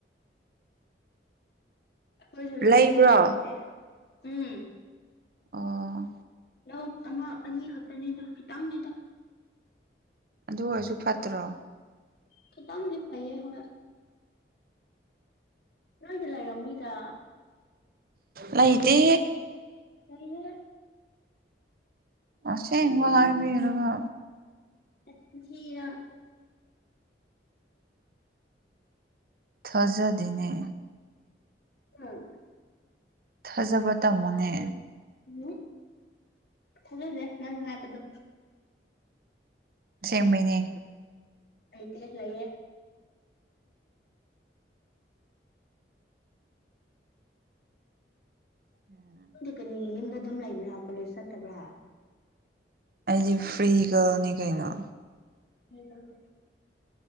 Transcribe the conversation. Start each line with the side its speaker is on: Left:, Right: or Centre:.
Left: ꯑꯩꯈꯣꯏꯁꯨꯂꯅꯠꯇꯦ
Right: ꯂꯩꯕ꯭ꯔꯣ
Left: ꯎꯝ
Right: ꯑꯣ
Left: ꯂꯧ ꯑꯃ ꯑꯅꯤ ꯈꯛꯇꯅꯤꯗ ꯈꯤꯇꯪꯅꯤꯗ
Right: ꯑꯗꯨ ꯑꯣꯏꯔꯁꯨ ꯐꯠꯇ꯭ꯔꯣ
Left: ꯊ ꯇꯪꯗꯤ ꯐꯥꯏꯌꯦ ꯍꯔ ꯂꯣꯏꯗ ꯂꯩ ꯔꯝꯅꯤꯇꯥ
Right: ꯂꯩꯗꯤ
Left: ꯑꯩ
Right: ꯑꯁꯦ ꯏꯕ ꯍꯥꯏꯕꯤ ꯏꯔꯒ
Left: ꯑ ꯊꯤꯔ
Right: ꯊꯥꯖꯗꯤꯅꯦ
Left: ꯑꯝ
Right: ꯊꯥꯖꯕ ꯇꯝꯃꯨꯅꯦ
Left: ꯎꯝ ꯊꯥꯖꯁꯦ ꯅꯪ ꯍꯥꯏꯕꯗꯣ
Right: ꯁꯦꯝꯦꯡꯕꯩꯅꯦ
Left: ꯑꯩꯩꯀ ꯂꯩꯏꯌꯦ
Right: ꯎꯝ
Left: ꯗꯤ ꯀꯔꯤ ꯌꯨꯝꯗ ꯑꯗꯨꯝ ꯂꯩꯕ꯭ꯔꯥ ꯀꯣꯂꯦꯖ ꯆꯠꯇꯕ꯭ꯔꯥ
Right: ꯑꯩꯗꯤ ꯐ꯭ꯔꯤ ꯒꯔꯜꯅꯤ ꯀꯩꯅꯣ
Left: ꯍꯗ